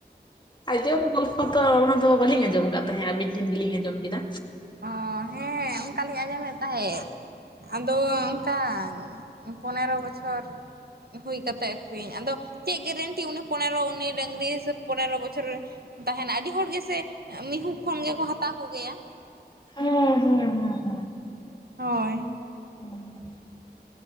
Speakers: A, on the left (about 25°); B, on the right (about 65°).
A: ᱟᱡᱚᱵ ᱜᱚᱞᱯᱷᱚ ᱛᱚ ᱚᱱᱟ ᱫᱚ ᱵᱟᱞᱤᱧ ᱟᱡᱚᱢ ᱠᱟᱜ ᱛᱟᱦᱮᱸ ᱟᱹᱵᱤᱱ ᱴᱷᱮᱱ ᱜᱮᱞᱤᱧ ᱟᱸᱡᱚᱢ ᱠᱮᱫᱟ᱾
B: ᱚᱸ ᱦᱮᱸ ᱚᱝᱠᱟ ᱞᱤᱧ ᱟᱸᱡᱚᱢᱮᱫ ᱛᱟᱦᱮᱸᱫ ᱾ ᱟᱫᱚ ᱚᱝᱠᱟ ᱯᱚᱱᱮᱨᱚ ᱵᱚᱪᱷᱚᱨ ᱦᱩᱭ ᱠᱟᱛᱮᱫ ᱟᱹᱠᱷᱨᱤᱧ, ᱟᱫᱚ ᱪᱮᱫ ᱜᱮᱨᱮᱱᱴᱤ ᱩᱱᱤ ᱯᱚᱱᱮᱨᱚ ᱩᱱᱤ ᱰᱟᱝᱨᱤ ᱥᱮ ᱯᱚᱱᱮᱨᱚ ᱵᱚᱪᱷᱚᱨ ᱨᱮ ᱛᱟᱦᱮᱱᱟ ᱟᱹᱰᱤ ᱦᱚᱲ ᱜᱮᱥᱮ ᱢᱤᱦᱩ ᱠᱷᱚᱱ ᱜᱮᱠᱚ ᱦᱟᱛᱟᱣ ᱠᱚᱜᱮᱭᱟ᱾
A: ᱦᱩᱸ ᱦᱩᱸ ᱦᱩᱸ ᱾
B: ᱦᱳᱭ ᱾
A: ᱦᱩᱸ ᱾